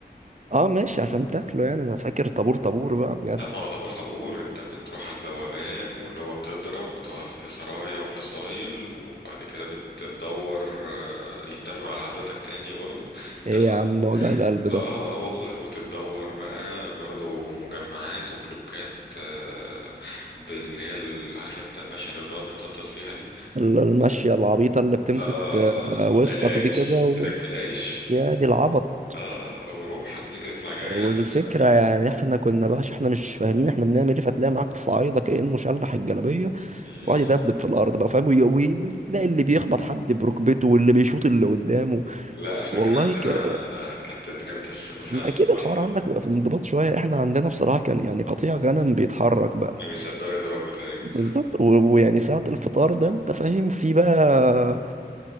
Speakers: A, on the right; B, on the left.
A: اه ماشي عشان تاكله يعني انا فاكر طابور طابور بقى بجد
B: لا ما هو طابور طابور انت بتروح على البوابات والنوبة بتضرب وتقف في سرايا وفصايل وبعد كده بتدور آه، يتمم على عددك تاني برضو
A: ايه
B: تاخد
A: يا عم وجع القلب ده
B: اه اه والله وتدور بقى برضو مجمعات وبلوكات آه، باللي هي ال- عارف انت المشي اللي بنقعد نتنطط فيها دي
A: ال- المشيه العبيطه اللي بتمسك
B: آه
A: آه، وسطك
B: آه العيش
A: دي كده و...
B: إيدك في العيش
A: يا دي العبط
B: آه آه وروح على الميز اطلع جري
A: والفكره
B: على الميز بقى كده.
A: يعني احنا كنا بقى عشان احنا مش فاهمين احنا بنعمل ايه فتلاقي معاك صعايده كانه شلح الجلابيه
B: مم.
A: وقعد يدبدب في الارض بقى فاهم وي- وي- وتلاقي اللي بيخبط حد بركبته واللي بيشوط اللي قدامه
B: لا احنا
A: والله
B: كان عندنا
A: ك...
B: كانت الدنيا متقسمة فعلا
A: ما اكيد
B: صح
A: الحوار عندك بيبقى في انضباط شويه احنا عندنا بصراحه كان يعني قطيع غنم بيتحرك بقى
B: ما بيصدقوا يضربوا تقريبا
A: بالظبط و- ويعني ساعه الفطار ده انت فاهم في بقى